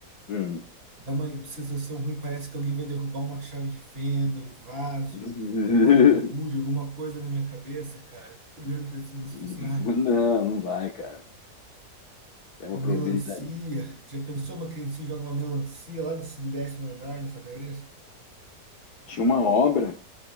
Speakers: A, on the left; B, on the right.
A: Hum.
B: Dá uma sensação ruim, parece que alguém vai derrubar uma chave de fenda, um vaso,
A: <laughs>
B: uma bola de gude, alguma coisa na minha cabeça, cara. Eu fico olhando pra cima se
A: Não,
B: fosse, ah,
A: não vai, cara. É uma
B: uma
A: probabilidade.
B: melancia. Já pensou uma criancinha joga uma melancia lá desse- do décimo andar na sua cabeça?
A: Tinha uma obra